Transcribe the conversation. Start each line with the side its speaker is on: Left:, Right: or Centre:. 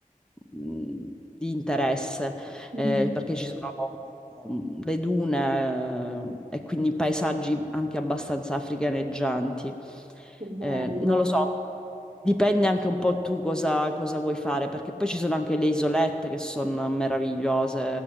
Centre: mm, di interesse,
Right: mhm.
Centre: eh, perché ci sono mm, le dune eh, e quindi paesaggi anche abbastanza africaneggianti.
Right: Che bello,
Centre: Eh, non lo so. Dipende anche un po' tu cosa, cosa vuoi fare, perché poi ci sono anche le isolette che sono meravigliose,